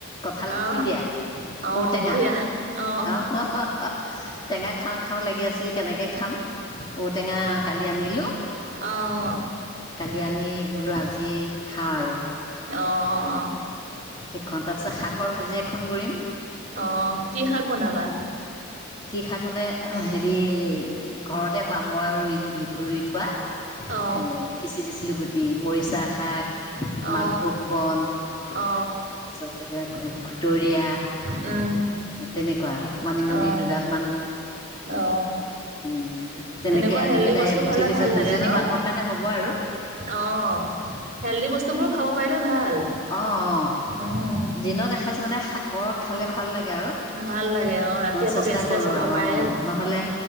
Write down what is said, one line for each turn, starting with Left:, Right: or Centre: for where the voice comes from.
Left: কঁঠাল
Right: অ
Left: গুটি দিয়া।
Right: অ
Left: ঔটেঙা
Right: বঢ়িয়া অ
Left: আহ অহ, অহ, অহ টেঙা খাওঁ, খাওঁ লাগি আছিল কেনেকে খাম। ঔটেঙা কালি আনিলো।
Right: অহ।
Left: কালি আনি বোলো আজি খাওঁ আৰু।
Right: অ অ অ।
Left: সেইখন তাৰপিছত শাকৰ ভাজি এখন কৰিম।
Right: অ কি শাক বনাবা?
Left: কি শাক মানে হেৰি ঘৰতে হোৱা মই ৰুই ভেকুৰী ৰুই থোৱা।
Right: অ
Left: এই সিঁচি দিছিলোঁ গুটি, মৰিচা শাক,
Right: অ
Left: মালভোগ বন
Right: অ।
Left: তাকে ক খুতৰীয়া
Right: উম।
Left: তেনেকুৱা, মানিমুনি
Right: অ
Left: দুডালমানো
Right: অ
Left: উম তেনেকে
Right: এনেকুৱা
Left: আনি
Right: হেল্ডি
Left: পেলাই
Right: বস্তু
Left: মুঠি
Right: খালে
Left: গৈছে
Right: ভাল লাগে
Left: দুজনী
Right: ন
Left: মানুহ কাৰণে হ'ব আৰু।
Right: অ হেল্ডি বস্তুবোৰ খাৱ পাৰিলে ভাল।
Left: অ অ
Right: অ'
Left: দিনত এসাঁজমানে শাকৰ খালে ভাল লাগে আৰু।
Right: ভাল লাগে ৰাতি
Left: অ
Right: আকৌ
Left: চেষ্টা
Right: গেছ চেছ
Left: কৰো
Right: হ'ব
Left: আৰু
Right: পাৰে।
Left: অ নহ'লে